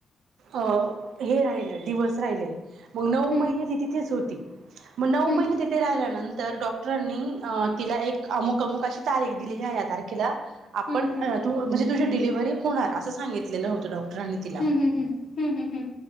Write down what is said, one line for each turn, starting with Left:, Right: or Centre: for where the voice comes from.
Right: अ हे राहिलं दिवस राहिले. मग नऊ
Left: हम्म
Right: महिने ती तिथेच होती. मग नऊ
Left: हम्म
Right: महिने
Left: हम्म
Right: तिथे राहिल्यानंतर डॉ क्टरांनी अं तिला एक अमुक, अमुक अशी तारीख दिली. या या तारखेला आपण
Left: हम्म हम्म
Right: तू म्हणजे तुझी डिलिव्हरी होणार असं सांगितलेलं होतं डॉक्टरांनी तिला.
Left: हम्म, हम्म, हम्म, हम्म, हम्म.